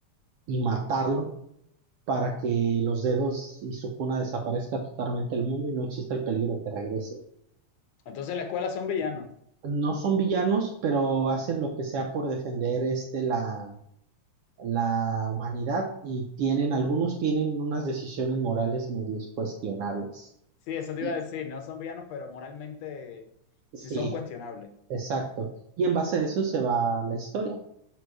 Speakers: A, on the right; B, on the left.
A: y matarlo para que los dedos y Sukuna desaparezca totalmente del mundo y no exista el peligro de que regrese.
B: Entonces la escuela son villanos.
A: No son villanos, pero hacen lo que sea por defender este la, la humanidad y tienen, algunos tienen unas decisiones morales medio cuestionables.
B: Sí, eso te
A: Y,
B: iba a decir, no son villanos, pero moralmente
A: sí,
B: sí son cuestionables.
A: exacto. Y en base a eso se va la historia.